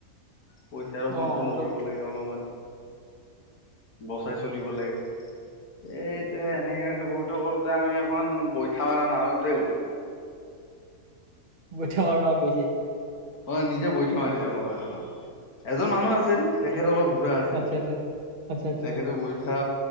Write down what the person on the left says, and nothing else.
পইচাৰো
কন্ট্ৰল
কৰিব লাগে অলপমান। বচাই চলিব লাগে। সেই এনেকে এনেকে কৰোতে কৰোতে আমি এখন বৈঠা মাৰ নাওত তেই গল।
অ নিজে বৈঠা মাৰি যাব লগা হল। এজন মানুহ আছিল, তেখেত অলপ বুঢ়া আছিল
তেখেতে বৈঠা